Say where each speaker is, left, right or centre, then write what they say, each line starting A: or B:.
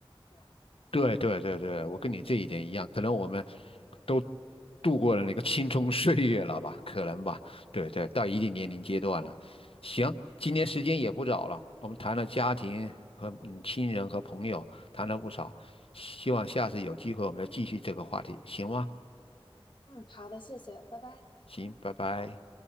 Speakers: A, on the left (about 50°); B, on the left (about 65°).
A: 对吧？
B: 对对对对，我跟你这一点一样，可能我们都度过了那个青葱岁月了吧，可能吧，对对，到一定年龄阶段了。行，今天时间也不早了，我们谈了家庭和嗯亲人和朋友，谈了不少，希望下次有机会我们再继续这个话题，行吗？
A: 嗯，好的，谢谢，拜拜。
B: 行，拜拜。